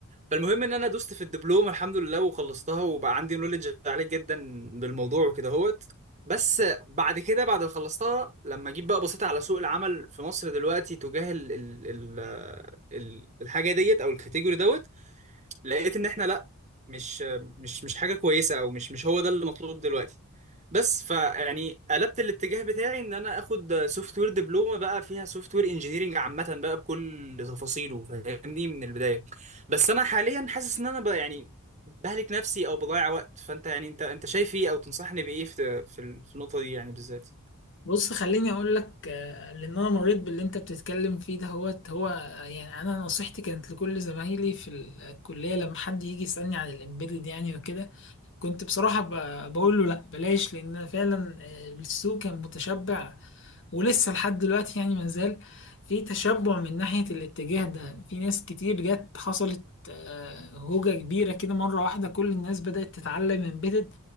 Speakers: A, on the right; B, on the left.
A: فالمهم ان انا دوست في الدبلوم الحمد لله وخلصتها وبقى عندي نولج عالي جدا بالموضوع وكده هوت بس بعد كده بعد ما خلصتها لما جيت بقى بصيت على سوق العمل في مصر دلوقتي تجاه ال ال ال ال الحاجه ديت او الكاتيجوري دوت لقيت ان احنا لا مش مش مش حاجه كويسه او مش مش هو ده اللي مطلوب دلوقتي بس فيعني قلبت الاتجاه بتاعي ان انا اخد سوفت وير دبلومه بقى فيها سوفت وير انجينيرنج عامه بقى بكل تفاصيله فاهمني من البدايه بس انا حاليا حاسس ان انا بقى يعني بهلك نفسي او بضيع وقت فانت يعني انت انت شايف ايه او تنصحني بايه في في في النقطه دي يعني بالذات
B: بص خليني اقول لك آه، لان انا مريت باللي انت بتتكلم فيه ده هو هو آه، يعني انا نصيحتي كانت لكل زمايلي في الكلية لما حد يجي يسألني عن الامبيدد يعني وكده كنت بصراحة ب- بقول له لا بلاش لان فعلا آه، السوق كان متشبع ولسه لحد دلوقتي يعني مازال في تشبع من ناحية الاتجاه ده في ناس كتير جت حصلت آه، هوجة كبيرة كده مرة واحدة كل الناس بدأت تتعلم امبيدد